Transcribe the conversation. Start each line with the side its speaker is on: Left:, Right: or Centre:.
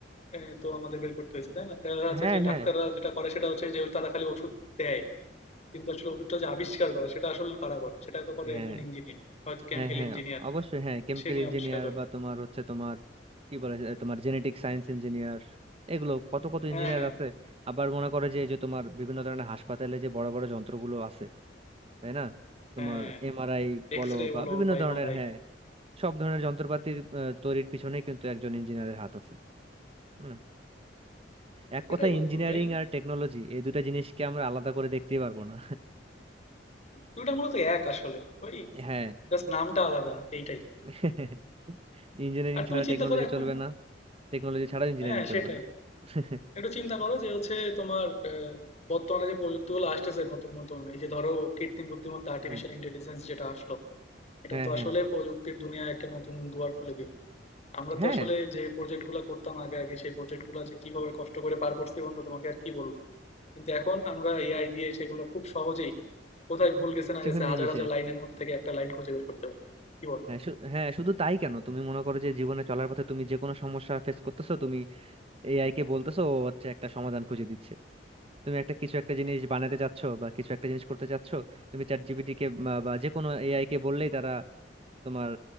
Left: এ, তো আমাদের বের করতে হয়েছে তাই না দেখা যাচ্ছে
Right: হ্যাঁ
Left: যে
Right: হ্যাঁ
Left: ডাক্তাররা যেটা করে সেটা হচ্ছে যে তারা খালি ওষুধ দেয় কিন্তু আসলে ওষুধটা যে আবিষ্কার করে সেটা আসলে কারা করে সেটা তো করে
Right: হ্যাঁ
Left: একজন ইঞ্জিনিয়ার হয়তো কেমিক্যাল
Right: হ্যাঁ হ্যাঁ
Left: ইঞ্জিনিয়ার
Right: অবশ্যই হ্যাঁ কেমিক্যাল
Left: সে নিয়ে
Right: ইঞ্জিনিয়ার
Left: আবিষ্কার করে
Right: বা তোমার হচ্ছে তোমার কি বলে এ, তোমার জেনেটিক সায়েন্স ইঞ্জিনিয়ার এগুলো কত কত ইঞ্জিনিয়ার
Left: হ্যাঁ, হ্যাঁ,
Right: আছে আবার মনে করে যে এই যে তোমার বিভিন্ন ধরনের হাসপাতালে যে বড় বড় যন্ত্রগুলো আছে তাই না তোমার
Left: হ্যাঁ।
Right: এমআরআই
Left: এক্স-রে
Right: বলো বা
Left: বলো
Right: বিভিন্ন
Left: বা
Right: ধরনের
Left: এমআরআই
Right: হ্যাঁ সব ধরনের যন্ত্রপাতির আহ, তৈরির পিছনে কিন্তু একজন ইঞ্জিনিয়ারের হাত আছে হুম। এক
Left: সেটাই
Right: কথা
Left: বন্ধু
Right: ইঞ্জিনিয়ারিং
Left: এই
Right: আর টেকনোলজি এই দুটো জিনিসকে আমরা আলাদা করে দেখতেই পারবো না
Left: দুটো মূলত এক আসলে ওই
Right: হ্যাঁ
Left: জাস্ট নামটা আলাদা এইটাই
Right: <laughs> ইঞ্জিনিয়ারিং
Left: আর তুমি
Right: ছাড়া
Left: চিন্তা
Right: টেকনোলজি
Left: করো এখন
Right: চলবে না টেকনোলজি ছাড়া ইঞ্জিনিয়ারিং
Left: হ্যাঁ সেটাই
Right: চলবে না <laughs>
Left: একটু চিন্তা করো যে হচ্ছে তোমার আহ, বর্তমানে যে প্রযুক্তিগুলো আসতেছে নতুন নতুন এই যে ধরো কৃত্রিম বুদ্ধিমত্তা আর্টিফিশিয়াল
Right: হ্যাঁ
Left: ইন্টেলিজেন্স যেটা আসলো এটা
Right: হ্যাঁ
Left: তো
Right: হ্যাঁ
Left: আসলে প্রযুক্তির দুনিয়ায় একটা নতুন দুয়ার খুলে দিল আমরা
Right: হ্যাঁ
Left: তো আসলে যে প্রজেক্ট গুলা করতাম আগে আগে সেই প্রজেক্ট গুলা যে কিভাবে কষ্ট করে পার করছি বন্ধু তোমাকে আর কি বলবো কিন্তু এখন আমরা এআই দিয়ে সেগুলো খুব সহজেই কোথায় ভুল গেছে না
Right: চোখের
Left: গেছে
Right: নিমিষে
Left: হাজার হাজার লাইনের মধ্যে থেকে একটা লাইন খুঁজে বের করতে পারি কি বলো
Right: হ্যাঁ শু- হ্যাঁ শুধু তাই কেন তুমি মনে করো যে জীবনে চলার পথে তুমি যে কোনো সমস্যা ফেস করতেছো তুমি এআই কে বলতেছো ও হচ্ছে একটা সমাধান খুঁজে দিচ্ছে তুমি একটা কিছু একটা জিনিস বানাতে চাচ্ছ বা কিছু একটা জিনিস করতে চাচ্ছ তুমি চ্যাট জিপিটি কে বা বা যে কোনো এআই কে বললেই তারা তোমার